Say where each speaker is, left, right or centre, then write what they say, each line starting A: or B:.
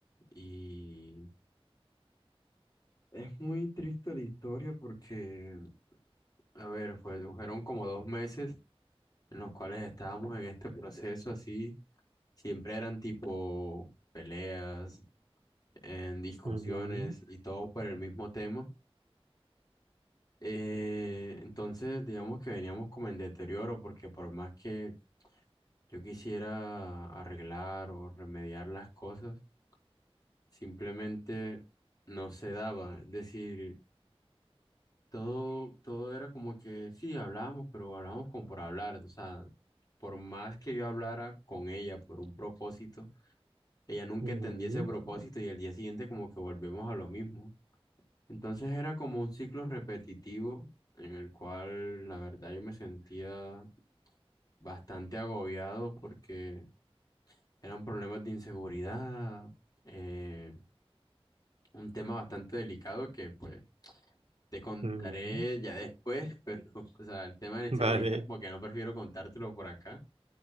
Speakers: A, on the left (about 40°); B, on the right (about 90°).
A: y... Es muy triste la historia porque, a ver, fue- fueron como dos meses en los cuales estábamos en este proceso así, siempre eran tipo peleas. en discusiones
B: Ujú,
A: y todo por el mismo tema. Eh, entonces, digamos que veníamos como en deterioro porque por más que yo quisiera arreglar o remediar las cosas, simplemente no se daba. Es decir, todo, todo era como que sí, hablábamos, pero hablábamos como por hablar. O sea, por más que yo hablara con ella por un propósito, ella nunca
B: ujú,
A: entendía ese propósito y al día siguiente como que volvemos a lo mismo. Entonces era como un ciclo repetitivo en el cual la verdad yo me sentía bastante agobiado porque eran problemas de inseguridad, eh, un tema bastante delicado que pues te contaré
B: ujú.
A: ya después, <laughs> pero o sea, el tema de la inseguridad
B: Vale,
A: como que no prefiero contártelo por acá,